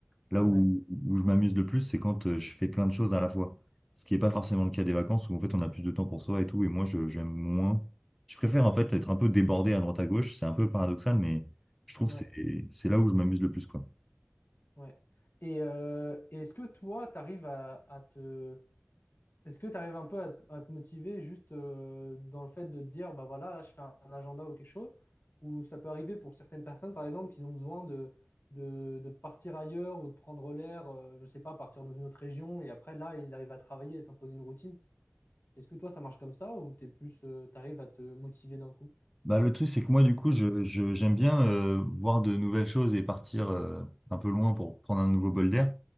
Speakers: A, in the centre; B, on the left (about 55°).
A: Là
B: Ouais.
A: où, où je m'amuse le plus, c'est quand euh, je fais plein de choses à la fois. Ce qui n'est pas forcément
B: Ouais.
A: le cas des vacances où en fait on a plus de temps pour soi et tout. Et moi, je, j'aime moins. Je préfère en fait être un peu débordé à droite à gauche. C'est un peu paradoxal, mais je trouve
B: Ouais.
A: que c'est c'est là où je m'amuse le plus, quoi.
B: Ouais. Et euh, est-ce que toi, tu arrives à à te Est-ce que tu arrives un peu à, à te motiver juste euh, dans le fait de te dire, bah voilà, là je fais un, un agenda ou quelque chose, ou ça peut arriver pour certaines personnes, par exemple, qu'ils ont besoin de, de, de partir ailleurs ou de prendre l'air, euh, je sais pas, partir dans une autre région, et après là, ils arrivent à travailler et s'imposer une routine. Est-ce que toi, ça marche comme ça, ou t'es plus, tu arrives à te motiver d'un coup?
A: Bah, le truc, c'est que moi, du coup, je, je- j'aime bien euh, voir de nouvelles choses et partir euh, un peu loin pour prendre un nouveau bol d'air.